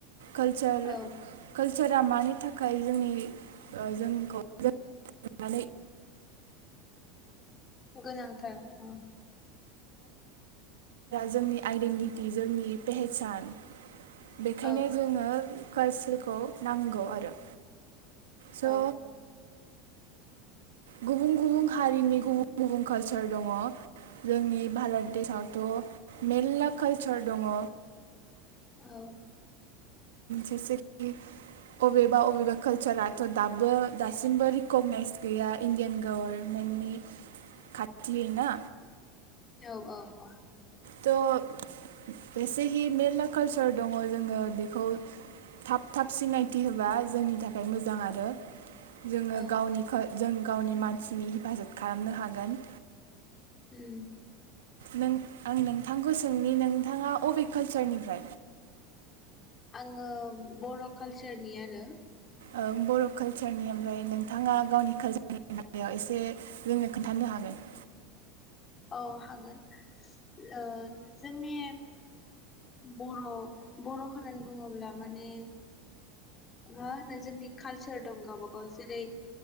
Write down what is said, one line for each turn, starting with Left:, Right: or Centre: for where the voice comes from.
Right: कलचार
Left: औ
Right: कलचारा मानि थाखाय जोंनि ओ जोंखौ <unintelligible> <unintelligible>
Left: गोनांथार औ
Right: जोंनि आइडेन्टित जोंनि पेहेसान बेखायनो
Left: औ
Right: जोङो खालसारखौ नांगौ आरो स'
Left: औ
Right: गुबुन गुबुन हारिनि गुबु बुन कालचार दङ जोंनि भारत देशआवथ' मेर्ला कालचार दङ।
Left: औ
Right: जेसेखि अबेबा अबेबा कालसाराथ' दाबो दासिमबो रिकगनाइज गैया इण्डियान गभर्मेन्टनि खाथि ना
Left: औ औ औ
Right: थ' एसेहि मेर्ला कालसार दङ जोङो बेखौ थाब थाब सिनाय थि होबा जोंनि थाखाय मोजां आरो जोङो
Left: औ
Right: गावनि
Left: औ
Right: जों गावनि मानसिनि हेफाजाब खालामनो हागोन
Left: उम
Right: नों आं नोंथांखौ सोंनि नोंथाङा अबे कालसारनिफ्राय
Left: आङो बर' कालसारनि आरो
Right: ओ बर' कालसारनि ओमफ्राय नोंथाङा गावनि कालसारनि बेलायाव एसे जोंनो खोन्थानो हागोन।
Left: औ हागोन ओ जोंनि बर' बर' होननानै बुङोब्ला माने मा होनो जोंनि कालचार दं गावबा गाव जेरै